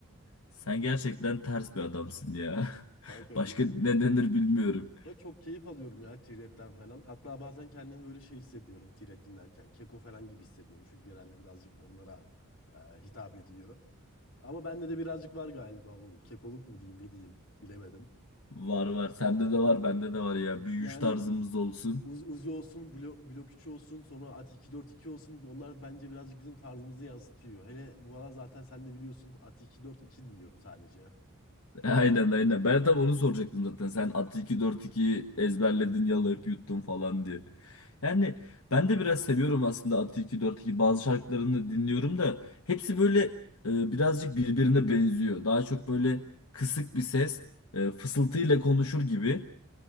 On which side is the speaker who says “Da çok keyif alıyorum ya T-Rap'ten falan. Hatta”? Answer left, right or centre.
Left